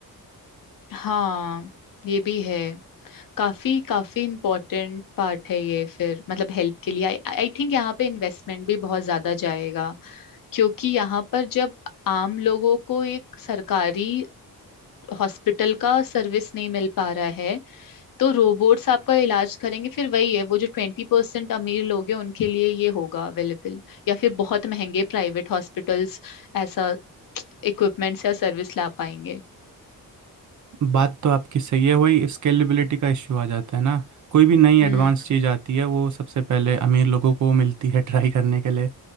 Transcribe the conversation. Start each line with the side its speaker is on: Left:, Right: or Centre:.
Left: हाँ ये भी है काफी काफी इम्पोर्टेंट पार्ट है ये फिर मतलब हेल्प के लिए आई थिंक यहाँ पे इन्वेस्टमेंट भी बहुत ज्यादा जाएगा क्योंकि यहाँ पर जब आम लोगों को एक सरकारी हॉस्पिटल का सर्विस नहीं मिल पा रहा है तो रोबोट्स आपका इलाज करेंगे फिर वही है वो जो ट्वेंटी परसेंट अमीर लोग हैं उनके लिए ये होगा अवेलेबल या फिर बहुत महंगे प्राइवेट हॉस्पिटल्स ऐसा इक्विपमेंट्स या सर्विस ला पाएंगे
Right: बात तो आपकी सही है वही स्केलेबिलिटी का इश्यू आ जाता है ना कोई भी नई एडवांस
Left: हम्म
Right: चीज़ आती है वो सबसे पहले अमीर लोगों को मिलती है <laughs> ट्राई करने के लिए